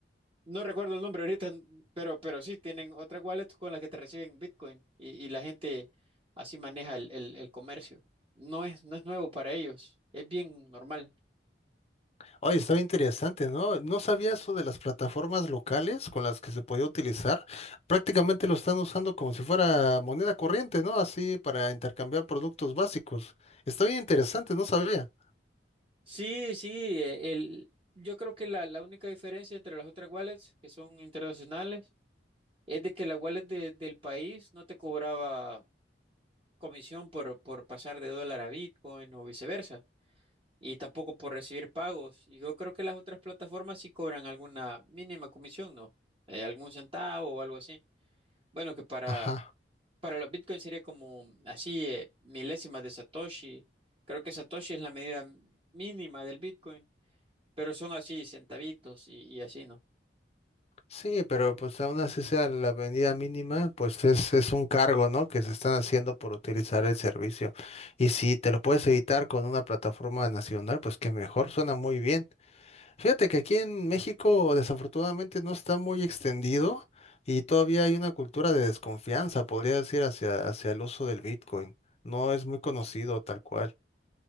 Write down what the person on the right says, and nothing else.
No recuerdo el nombre ahorita, <laughs> pero, pero sí, tienen otras wallets con las que te reciben Bitcoin y, y la gente así maneja el, el- el comercio. No es, no es nuevo para ellos, es bien normal.
Sí, sí, eh, el, yo creo que la, la única diferencia entre las otras wallets que son internacionales es de que la wallet de- del país no te cobraba comisión por, por pasar de dólar a Bitcoin o viceversa. y tampoco por recibir pagos. Y yo creo que las otras plataformas sí cobran alguna mínima comisión, ¿no? Eh, algún centavo o algo así. Bueno, que para,
para los bitcoins sería como así eh, milésimas de Satoshi. Creo que Satoshi es la medida mínima del bitcoin, pero son así centavitos y, y así, ¿no?